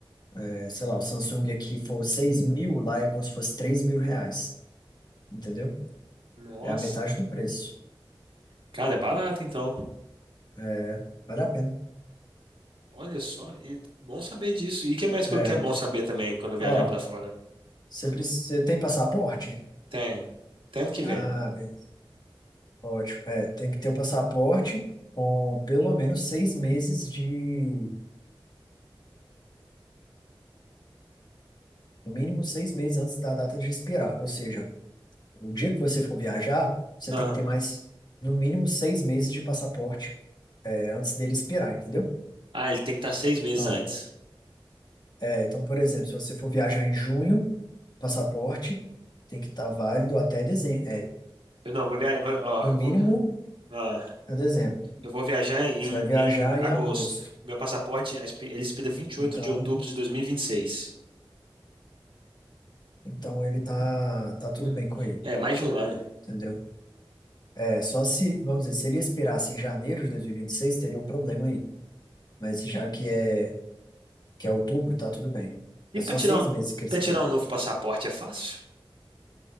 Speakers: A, on the left; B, on the right.
A: é, sei lá, o Samsung aqui for 6 mil, lá é como se fosse três mil reais. Entendeu?
B: Nossa.
A: É a metade do preço.
B: Cara, é barato então.
A: É, Vale a pena.
B: Olha só, e bom saber disso. E o que mais que,
A: É.
B: eu- que é bom saber também quando eu
A: Ó,
B: viajar pra fora?
A: Você, preci- você tem passaporte?
B: Tem. Até ano que
A: Ah,
B: vem.
A: beleza. Ótimo. É, tem que ter o passaporte com pelo menos seis meses de. No mínimo seis meses antes da data de expirar. Ou seja, o dia que você for viajar, você
B: Ah,
A: tem que ter mais, no mínimo, seis meses de passaporte, é, antes dele expirar, entendeu?
B: ah, ele tem que estar seis meses
A: Então,
B: antes.
A: é, então, por exemplo, se você for viajar em junho, o passaporte tem que estar válido até dezembro. É,
B: Eu não, vou viajar, ó,
A: no
B: eu
A: mínimo,
B: vou, ah,
A: é dezembro.
B: eu vou viajar em,
A: Você vai viajar
B: em agosto.
A: em agosto.
B: Meu passaporte, a expi- ele expira vinte e
A: Então.
B: oito de outubro de 2026.
A: Então ele tá, tá tudo
B: Hum,
A: bem com ele,
B: É, mais de um ano.
A: entendeu? É, só se, vamos dizer, se ele expirasse em janeiro de 2026, teria um problema aí. Mas já que é, que é outubro, tá tudo bem.
B: E
A: É
B: para
A: só
B: tirar,
A: seis
B: um-
A: meses que eles
B: pra
A: pedem.
B: tirar um novo passaporte é fácil?